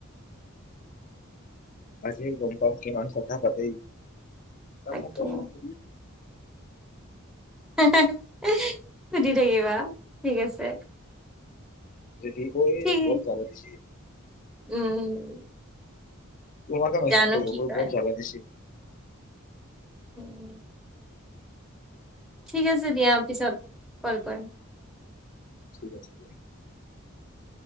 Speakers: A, on the left (about 40°); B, in the centre.
A: আজি গম পাও কিমান কথা পাতে ই, তাকচোন
B: তাকে
A: প্ৰশ্নই
B: <unintelligible> সুধি থাকিবা ঠিক আছে।
A: হেৰি কৰি
B: ঠিক
A: বহুত জালা দিছি।
B: উম।
A: তোমাকে মেছেজ
B: জানো
A: কৰোঁ
B: কি
A: <inaudible>
B: কয়
A: বৰ জালা দিছি।
B: উম। ঠিক আছে দিয়া, পিছত কল কৰিম।
A: ঠিক আছে দিয়া।